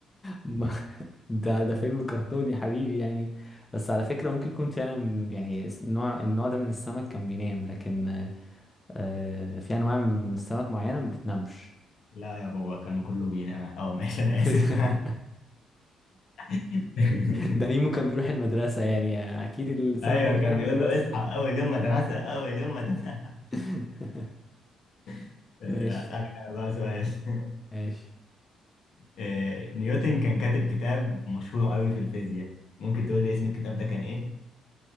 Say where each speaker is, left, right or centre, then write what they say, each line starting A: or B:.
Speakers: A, on the left; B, on the left.
A: ما- ده ده فيلم كرتون يا حبيبي يعني بس على فكرة ممكن يكون فعلا يعني اس- النوع النوع ده من السمك كان بينام لكن آه في أنواع من السمك معينة ما بتنامش
B: <laughs> لا يا بابا كان كله بينام اه ماشي انا
A: <laughs>
B: اسف <laughs>
A: ده نيمو كان بيروح المدرسة يعني أكيد السمك
B: ايوه
A: مش بيروح
B: كان
A: المدرسة
B: بيقول له اصحى اول يوم مدرسه اول يوم مدرسه
A: <laughs>
B: <laughs>
A: ماشي
B: آه، اسالك انا بقى سؤال <laughs>
A: ماشي
B: آه، نيوتن كان كاتب كتاب مشهور قوي في الفيزياء ممكن تقول لي اسم الكتاب ده كان ايه